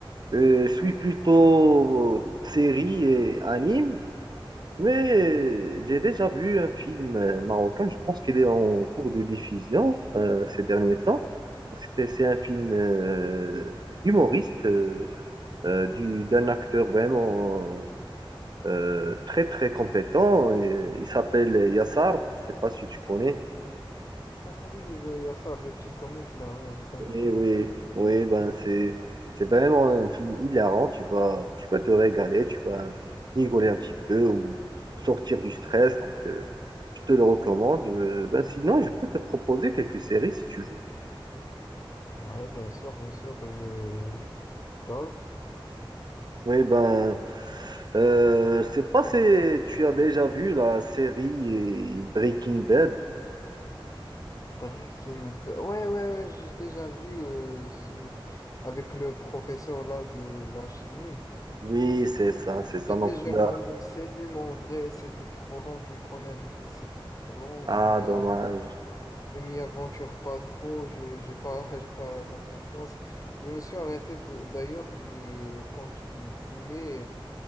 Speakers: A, on the right (about 50°); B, on the left (about 40°).
A: Euh, je suis plutôt euh, série et anime, mais j'ai déjà vu un film euh, marocain, je pense qu'il est en cours de diffusion euh, ces derniers temps. C'était, c'est un film euh, humoriste euh, euh, du, d'un acteur vraiment euh, très très compétent. Il, il s'appelle Yassar, je ne sais pas si tu connais.
B: Ah oui, il y a ça, le petit comique là, ouais, je connais,
A: Oui,
B: je connais.
A: oui, oui, ben c'est c'est vraiment un film hilarant. Tu vas, tu vas te régaler, tu vas rigoler un petit peu ou sortir du stress. Donc, euh, je te le recommande. Euh, ben sinon, je peux te proposer quelques séries si tu veux.
B: Ouais, bien sûr, bien sûr, je, je- grave.
A: Oui, ben, euh, je sais pas si tu as déjà vu la série euh, Breaking Bad.
B: Breaking Bad. Ouais, ouais, ouais, j'ai déjà vu euh, celui- avec le professeur là de la chimie.
A: Oui, c'est ça, c'est ça.
B: J'ai
A: Donc,
B: déjà
A: tu
B: commencé,
A: as-
B: mais en vrai, c'était trop long. Tu me connais avec les séries trop longues.
A: ah,
B: Je m'y
A: dommage,
B: av- je m'y aventure pas trop. Je j'ai pas, <laughs> j'ai pas la patience. Je me suis arrêté de- d'ailleurs de, quand il voulait